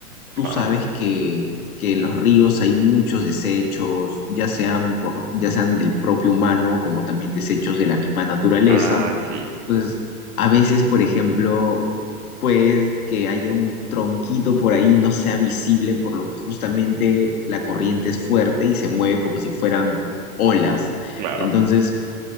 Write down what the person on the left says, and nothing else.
tú
sabes que, que en los ríos hay muchos desechos, ya sean por, ya sean del propio humano, como también desechos de la misma naturaleza.
Entonces,
a veces, por ejemplo, pues que haya un tronquito por ahí no sea visible, por lo que justamente la corriente es fuerte y se mueve como si fueran olas.
Entonces,